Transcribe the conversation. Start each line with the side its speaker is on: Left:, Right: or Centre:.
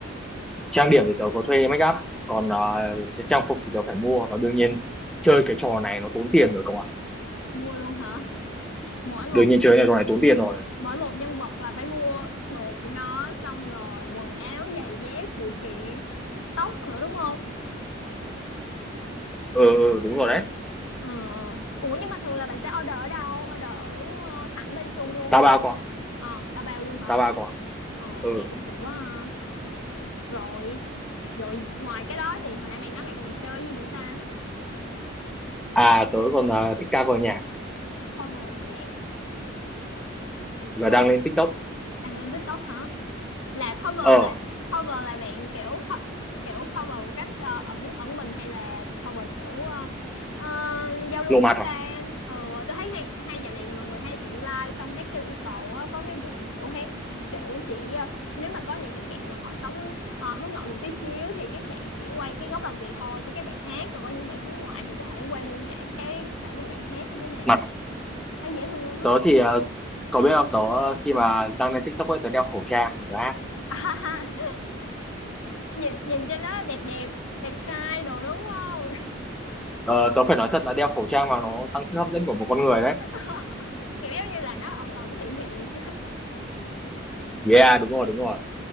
Centre: Trang điểm thì tớ có thuê make up, còn
Left: Ờ,
Centre: uh, trang phục thì tớ phải mua và đương nhiên chơi cái trò này nó tốn tiền rồi cậu ạ.
Left: mua luôn hả? Mỗi một
Centre: Đương nhiên chơi cái trò này tốn tiền rồi.
Left: mỗi một nhân vật là phải mua đồ của nó xong rồi quần áo, giày dép, phụ kiện, tóc nữa đúng không?
Centre: Ờ Ừ ừ đúng rồi đấy.
Left: Ờ. ờ. Ủa nhưng mà thường là bạn sẽ order ở đâu? Order ở ờ, thẳng bên Trung luôn
Centre: Tao
Left: hay
Centre: bao con,
Left: ờ, ta bao luôn hả?
Centre: tao bao con.
Left: Ờ,
Centre: Ừ.
Left: nghe cũng xịn quá ha. rồi rồi ngoài cái đó thì hồi nãy bạn nói bạn còn chơi gì nữa ta
Centre: à tớ còn ờ, thích cover nhạc
Left: cover nhạc
Centre: và
Left: co
Centre: đăng lên TikTok
Left: đăng lên TikTok hả là cover
Centre: ờ
Left: là cover là bạn kiểu co- kiểu cover một cách ờ, ẩn ẩn mình hay là cover kiểu ờ, ờ, giao lưu
Centre: lộ mặt
Left: với
Centre: à
Left: fan ừ, tôi thấy hay hay dạo này mọi người hay kiểu like xong hát theo yêu cầu á có mấy bạn kiểu hát kiểu chỉ ờ, nếu mà có những cái bạn mà họ sống ờ, hướng nội một tí xíu thì các bạn chỉ quay cái góc làm việc thôi xong các bạn hát còn có những bạn hướng ngoại thì có thể quay luôn cả cái cảnh mà bạn hát như thế nào
Centre: mặt
Left: thấy dễ thương lắm á
Centre: tớ thì ờ, cậu biết không tớ khi mà đăng lên TikTok ấy tớ đeo khẩu trang để tớ hát
Left: <laughs> nhìn nhìn cho nó đẹp đẹp đẹp trai đồ đúng không
Centre: Ờ, tớ phải nói thật là đeo khẩu trang vào nó tăng sức hấp dẫn của một con người đấy
Left: <laughs> kiểu giống như là nó ẩn ẩn hiện hiện
Centre: yeah
Left: nhưng
Centre: đúng rồi đúng rồi